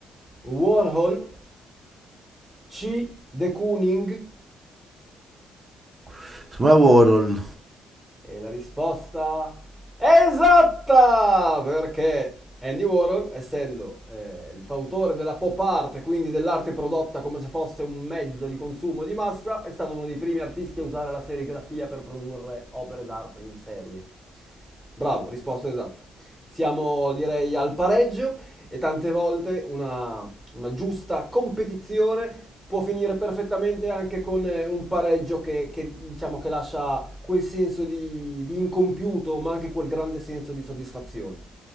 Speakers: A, in the centre; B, on the right.
A: Warhol C. De Kooning
B: <laughs> Secondo me è Warhol.
A: E la risposta è esatta! Perché Andy Warhol, essendo eh, il fautore della pop art, e quindi dell'arte prodotta come se fosse un mezzo di consumo di massa, è stato uno dei primi artisti a usare la serigrafia per produrre opere d'arte in serie. Bravo, risposta esatta. Siamo direi al pareggio e tante volte una, una giusta competizione può finire perfettamente anche con eh, un pareggio che, che, diciamo che lascia quel senso di, di incompiuto, ma anche quel grande senso di soddisfazione.